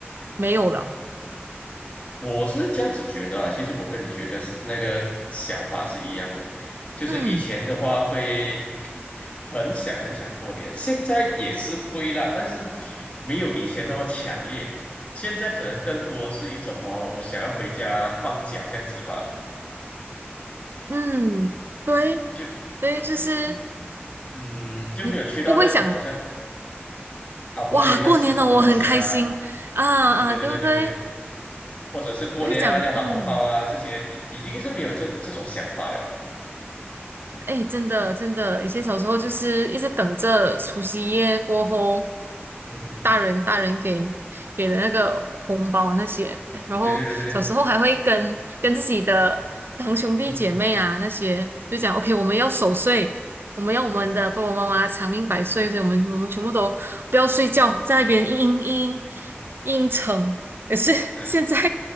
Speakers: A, on the right (about 55°); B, on the left (about 30°).
A: 没有了？
B: 我是这样子觉得啊。其实我跟你觉得是那个想法是一样的，就是以前的话会
A: 嗯
B: 很想很想过年，现在也是会啦，但是没有以前那么强烈。现在可能更多是一种哦，我想要回家放假这样子吧，
A: 嗯，对
B: 就。
A: 对，
B: 就不不
A: 就是
B: 嗯，就没有去到那种好像
A: 你不会想
B: 啊，过年要吃什么东西啊？
A: 哇，过年了，我很开心啊啊，
B: 对对对对对对，
A: 对不对？
B: 或者是过年啊要拿红包啊这些，
A: 我就讲，嗯，
B: 已已经是没有这个这种想法了。
A: 哎，真的真的，以前小时候就是一直等着除夕夜过后，
B: 嗯哼哼，
A: 大人大人给给的那个红包那些，然后小时候还会跟跟自己的堂兄弟姐妹啊那些，
B: 对对对对对，嗯哼，
A: 就讲 OK，我们要守岁，我们要我们的爸爸妈妈长命百岁，所以我们我们全部都不要睡觉，在那边嘤嘤嘤嘤成。可是现在
B: <laughs> 是，